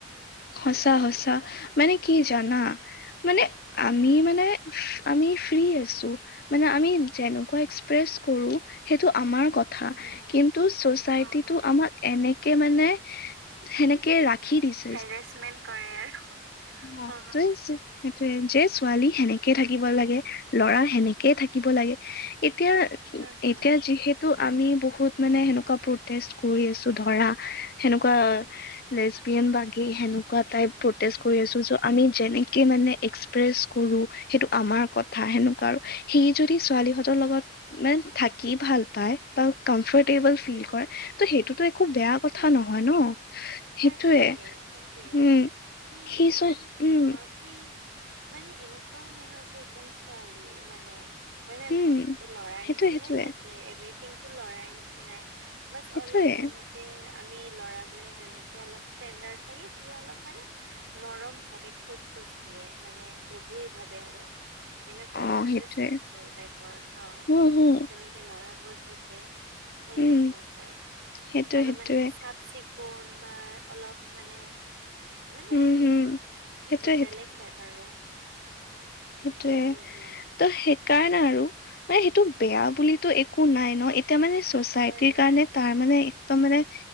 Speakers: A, on the left; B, on the right.
A: সঁচা সঁচা মানে কি জানা, মানে আমি
B: উম
A: মানে আমি ফ্ৰী আছো। মানে আমি যেনেকুৱা এক্সপ্ৰেছ কৰো সেইটো আমাৰ কথা।
B: উম হম হম
A: কিন্তু চচাইটি
B: অ অ
A: টো আমাৰ, এনেকে মানে সেনেকে ৰাখি দিছে।
B: হেৰেছমেণ্ট কৰে আৰু।
A: অ
B: হা হা
A: ত আছে। সেইটোয়ে যে ছোৱালী সেনেকে থাকিব লাগে লৰা সেনেকেই থাকিব লাগে। এতিয়া
B: হম হম
A: এতিয়া যিহেতু, ত' আমি বহুত মানে সেনেকুৱা প্ৰটেষ্ট কৰি আছো ধৰা সেনেকুৱা, লেচবিয়ান বা গে সেনেকুৱা টাইপ বোৰ, টেষ্ট কৰি আছোঁ, যত আমি যেনেকে মানে এক্সপ্ৰেছ কৰো, সেইটো আমাৰ কথা সেনেকুৱা আৰু সি যদি ছোৱালীহঁতৰ লগত, মানে থাকি ভাল পায়, বা কমফৰ্টেবল ফিল
B: হম হম
A: কৰে ত সেইটোতো একো বেয়া
B: তাকেইতো
A: কথা নহয় ন।
B: তাকে
A: সেইটোয়ে
B: তাকে
A: উম
B: কি
A: সি চ
B: মানে কিয়
A: উম
B: বা, চি, মানে এনেকুৱাও নহয় যে, একদম ছোৱালী মানে হয় নে
A: উম
B: নহয়, ত, লৰাৰ
A: সেইটোয়ে
B: নিচিনাই
A: সেইটোয়ে
B: থাকে এভৰিথিং টো লৰাৰ নিচিনাই। বাচ
A: সেইটোয়ে
B: অলপ দে থাকে, আমি লৰাবোৰে যেনেকে অলপ ষ্টেণ্ডাড থাকে, সি অলপ মানে নৰম ভাৱে খোজ-চোজ দিয়ে, মানে গভীৰ ভাৱে আৰু। এনেকুৱা
A: অ
B: নহয়
A: সেইটোয়ে
B: যে, চঞ্চল টাইপৰ অ,
A: উম হম
B: যেনেকে ল'ৰাবোৰ থাকে। তেনেকুৱা
A: উম
B: তাইপ
A: সেইটোয়ে
B: আৰু
A: সেইটোয়ে
B: মানে সি চাফ-চিকুণ বা অলপ মানে মানে
A: উম
B: অলপ
A: হম
B: কিবা,
A: সেইটোয়ে
B: বেলেগ টাইপ আৰু।
A: সেইটোৱে।
B: উম হম
A: ত, সেইকাৰণে আৰু মানে সেইটো বেয়া বুলিটো একো নাই ন, এতিয়া মানে চচাইটিৰ
B: নাই
A: সেইকাৰণে
B: নাই
A: তাৰ মানে একদম মানে,